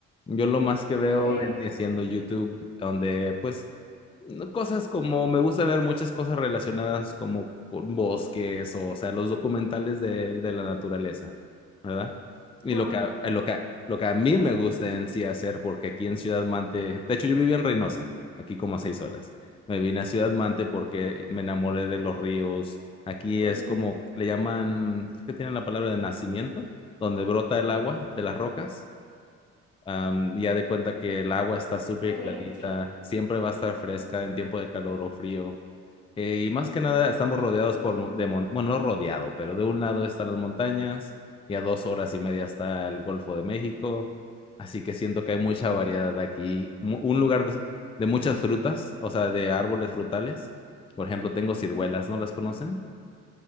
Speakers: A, on the left (about 20°); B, on the left (about 75°).
A: Yo lo más que veo
B: ok,
A: vendría siendo YouTube, donde pues no- cosas como me gusta ver muchas cosas relacionadas como con bosques o, o sea, los documentales de, de la naturaleza. ¿verdad? Y
B: wow,
A: lo que, a- eh, lo que, a- lo que a mí me gusta en sí hacer, porque aquí en Ciudad Mante, de hecho yo vivía en Reynosa, aquí como a seis horas. Me vine a Ciudad Mante porque me enamoré de los ríos. Aquí
B: ok,
A: es como, le llaman, ¿qué tienen la palabra de nacimiento? Donde brota el agua de las rocas. Um, ya de cuenta que el agua está súper
B: ok,
A: clarita,
B: sí,
A: siempre va a estar fresca en tiempo de calor o frío. Eh, y más que nada estamos
B: ay,
A: rodeados
B: ok.
A: por, mo- de mon- bueno, no rodeado, pero de un lado están las montañas y a dos horas y media está el Golfo de México. Así que siento que hay mucha variedad aquí. Mu- Un lugar de, de muchas frutas, o sea, de árboles frutales. Por ejemplo, tengo ciruelas, ¿no las conocen?